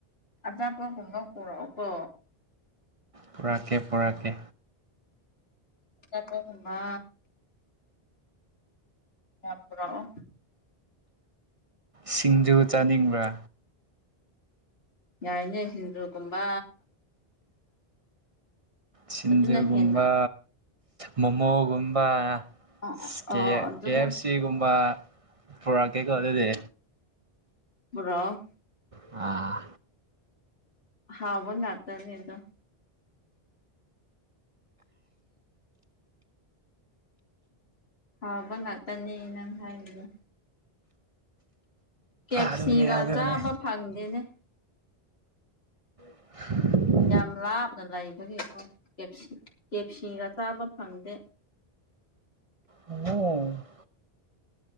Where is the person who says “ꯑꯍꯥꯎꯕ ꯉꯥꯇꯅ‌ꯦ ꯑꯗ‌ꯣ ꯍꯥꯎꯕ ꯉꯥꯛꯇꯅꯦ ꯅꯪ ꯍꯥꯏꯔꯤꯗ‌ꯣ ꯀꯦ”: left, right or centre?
Left